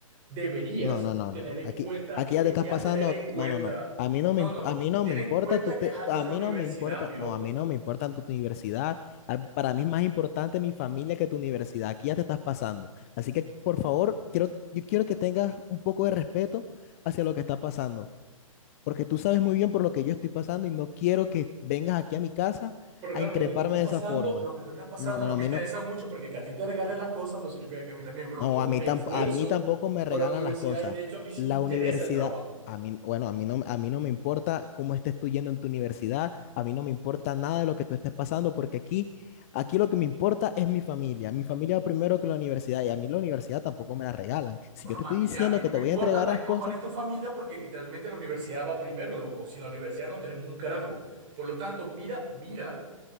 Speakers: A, on the right; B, on the left.
A: deberías
B: No, no, no,
A: tener
B: no, no.
A: en
B: Aquí,
A: cuenta,
B: aquí
A: deberías
B: ya te estás pasando.
A: tener en cuenta,
B: No, no, no. A mí no
A: no,
B: me,
A: no,
B: imp-
A: no,
B: a mí no
A: ten
B: me importa
A: en cuenta
B: tu
A: que
B: te-
A: es algo
B: a
A: de la
B: mí
A: universidad,
B: no me importa,
A: mi loco.
B: no, a mí no me importa tu, tu universidad. A- Para mí es más importante mi familia que tu universidad. Aquí ya te estás pasando. Así que, aquí, por favor, quiero, yo quiero que tengas un poco de respeto hacia lo que está pasando. porque tú sabes muy bien por lo que yo estoy pasando y no quiero que vengas aquí a mi casa
A: Pero claro,
B: a increparme
A: lo que tú estás pasando,
B: de esa forma.
A: lo que tú estás pasando
B: No, no,
A: no me
B: a mí
A: interesa
B: no,
A: mucho porque que a ti te regalen las cosas no significa que a mí también, bro.
B: no,
A: Yo
B: a
A: me
B: mí, tam-
A: esfuerzo
B: a mí tampoco me
A: por
B: regalan
A: la universidad
B: las cosas.
A: y de hecho a mí sí
B: La
A: me interesa
B: universidad,
A: el trabajo.
B: a mí, bueno, a mí no, a mí no me importa cómo estés tú yendo en tu universidad, a mí no me importa nada de lo que tú estés pasando, porque aquí, aquí lo que me importa es mi familia. Mi familia va primero que la universidad y a mí la universidad tampoco me la regalan. Si
A: Bueno,
B: yo te
A: a
B: estoy
A: mí,
B: diciendo
A: a mí no
B: que
A: me
B: te
A: importa
B: voy a entregar
A: tres
B: las
A: cojones
B: cosas,
A: tu familia porque literalmente la universidad va primero, loco. Sin la universidad no tenemos un carajo. Por lo tanto, mira, mira.